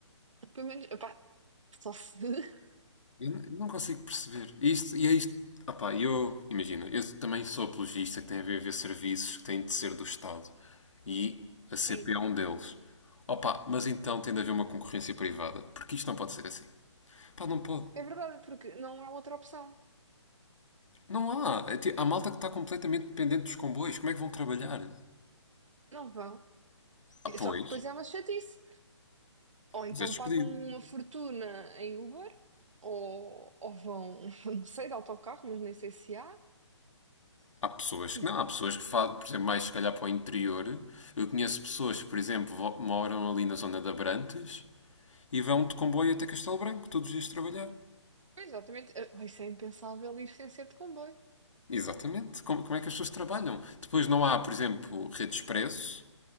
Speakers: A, on the right; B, on the left.
A: Pelo menos, opá, só se. <laughs>
B: Eu n- não consigo perceber. E, isto, e é isto. Opá, eu. Imagina, eu também sou apologista que tem a ver ver serviços que têm de ser do Estado. E a CP
A: Sim.
B: é um deles. opa mas então tem de haver uma concorrência privada. Porque isto não pode ser assim. Pá, não pode.
A: É verdade, porque não há outra opção.
B: Não há. É ti- Há malta que está completamente dependente dos comboios. Como é que vão trabalhar?
A: Não vão.
B: Ah, pois.
A: Só que depois é uma chatice. Ou então
B: Mas é despedido.
A: pagam uma fortuna em Uber, ou, ou vão, <laughs> não sei, de autocarro, mas nem sei se há.
B: Há pessoas
A: Tipo,
B: que não, há pessoas que fazem, por exemplo, mais se calhar para o interior. Eu conheço pessoas que, por exemplo, vo- moram ali na zona da Abrantes e vão de comboio até Castelo Branco todos os dias trabalhar.
A: pois exatamente. Eh, oh, Isso é impensável ir sem ser de comboio.
B: Exatamente. Como, como é que as pessoas trabalham? Depois não há, por exemplo, rede de expresso,